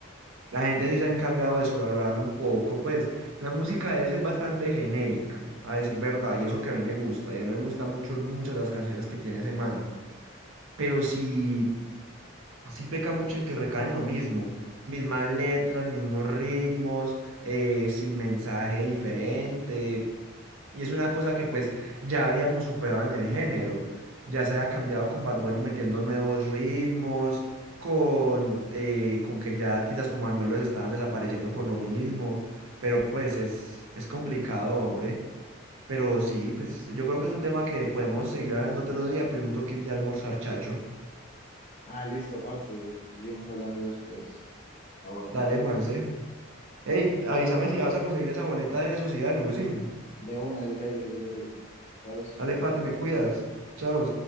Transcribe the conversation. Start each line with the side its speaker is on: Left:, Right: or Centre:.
Right: la gente sí se ha encargado de sobrevalorarlo un poco, pues la música de él sí es bastante genérica, a decir verdad, y eso que a mí me gusta, y a mí me gustan mucho muchas de las canciones que tiene ese man, pero sí, sí peca mucho en que recaen lo mismo, mismas letras, mismos ritmos, eh, sin mensaje diferente. Y es una cosa que pues ya habíamos superado en el género. Ya se había cambiado con Bad Bunny metiendo nuevos ritmos, con, eh, con que ya artistas como Anuel los estaban desapareciendo por lo mismo. Pero pues es, es complicado, hombre. Pero sí, pues yo creo que es un tema que podemos seguir hablando otro día, pero yo me tengo que ir ya a almorzar, chacho.
Left: Ah, listo, parce. Seguimos hablando después. La buena.
Right: Dale, Juanse. Ey, avísame si vas a conseguir esa boleta de esos y algo, sí.
Left: De una, yo te digo, yo te digo. Chao.
Right: Dale, pa, te me cuidas. Chao.